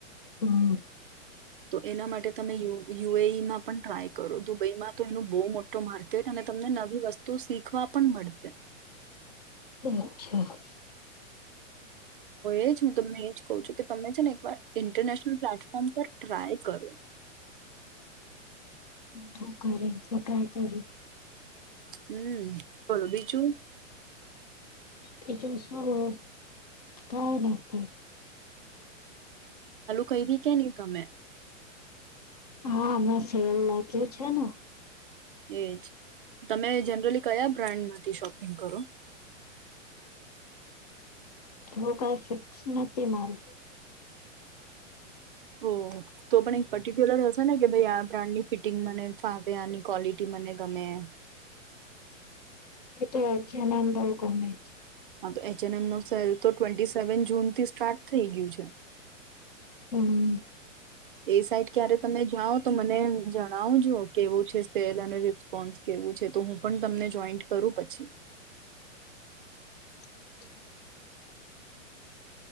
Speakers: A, on the left (about 35°); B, on the right (about 45°).
A: હમ્મ
B: તો એના માટે તમેય યુએઈમાં પણ ટ્રાય કરો, દુબઈમાં તો એનું બહુ મોટું માર્કેટ અને તમને નવી વસ્તુ શીખવા પણ મળશે.
A: અચ્છા
B: એજ હું તમને એજ કઉ છું કે તમને છે ને ઇન્ટરનેશનલ પ્લેટફોર્મ પર ટ્રાય કરો.
A: તું કરે તો ટ્રાય કરીશ.
B: હમ બોલો બીજું?
A: બીજું શું? કઈ નથી.
B: કઈ બી કે ની ગમે
A: હા હમણાં સેલ લાગ્યું છે ને.
B: એજ, તમે જનરલી કયા બ્રાન્ડમાંથી શોપિંગ કરો?
A: હું કઈ ફિક્સ નથી મારૂ.
B: ઓ તો પણ એક પર્ટિક્યુલર હશે ને કે ભાઈ આ બ્રાન્ડની ફિટિંગ મને ફાવે. આની ક્વોલિટી મને ગમે.
A: એ તો એચ એન્ડ એમ બવ ગમે છે.
B: હા તો એચ ઍન્ડ એમ નો સેલ તો ટવેન્ટી સેવન જૂન થી સ્ટાર્ટ થઈ ગયું છે.
A: હમ
B: એ સાઈટ ક્યારે તમે જાઓ તો મને જણાવજો કેવું છે સેલ અને રિસ્પોન્સ કે તો હું પણ તમને જોઈન્ટ કરું પછી.
A: <inaudible>